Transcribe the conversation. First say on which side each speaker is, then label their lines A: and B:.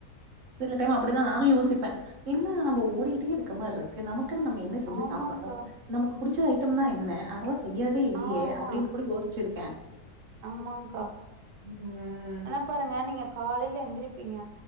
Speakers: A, on the right (about 50°); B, on the right (about 85°).
A: சில டைம் அப்டிதா நானு யோசிப்பே என்ன நம்ம ஓடிகிட்டே இருக்க மார் இருக்கு நமக்கன்னு நம் என்ன செஞ்சு
B: ஆமாங்க்கா
A: சாப்ட்றோ நமக்கு பிடிச்ச ஐட்டம்னா என்ன அதெல்லா செய்யிறதே இல்லயே
B: ஆ ஆமா
A: அப்டின் கூட யோசி சிருப்ப
B: ஆமாங்க்கா
A: ம்
B: ஆனா பாருங்க நீங்க காலைல எந்திரிப்பீங்க